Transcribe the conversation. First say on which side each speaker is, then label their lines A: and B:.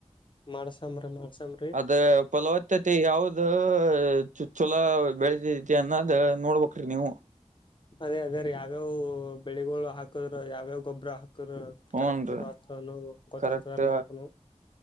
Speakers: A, on the left; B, on the right.
A: ಮಾಡಸಂಬ್ರಿ ಮಾಡ್ಸಮ್
B: ಆದ ಫಲವತ್ತತೆ ಯಾವ್ದು ಚು ಚೋಲ ಬೆಳಿತೖ ತಿ ಅನ್ನದ್ ನೋಡ್ಬಕ್ರಿ ನೀವು.
A: ಅದೇ ಅದೇ ರಿ ಯಾವ್ಯಾವ್ ಬೆಳಿಗಳು ಹಾಕದ್ರ ಯಾವ್ಯಾವ ಗೊಬ್ಬರ ಹಾ ಕರ
B: ಹುನ್ರಿ
A: ಕರೆಕ್ಟ್ ಇದತದ ನೊವು ಗೊತ್ತಾತರ್
B: ಕರೆಕ್ಟ್
A: ನಮ್ಕುನು.